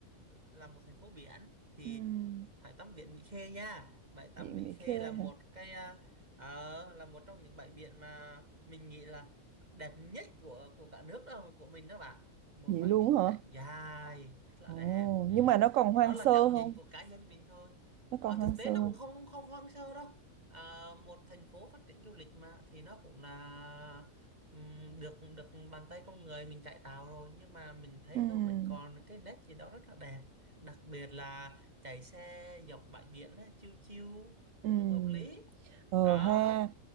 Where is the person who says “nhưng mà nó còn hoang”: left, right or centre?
Right